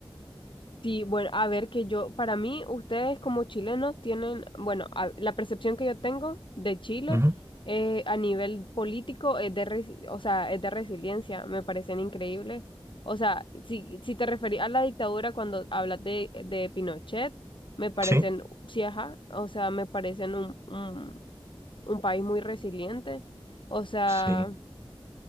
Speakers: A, on the left; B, on the right.
A: Sí, bueno, a ver que yo, para mí, ustedes como chilenos tienen, bueno, a- la percepción que yo tengo de Chile
B: Ujú,
A: eh, a nivel político es de, resi- o sea, es de resiliencia, me parecen increíbles. O sea, si, si te referís a la dictadura cuando hablas de, de Pinochet, me parecen,
B: Sí,
A: sí, ajá, o sea, me parecen un, un, un país muy resiliente. O sea...
B: sí,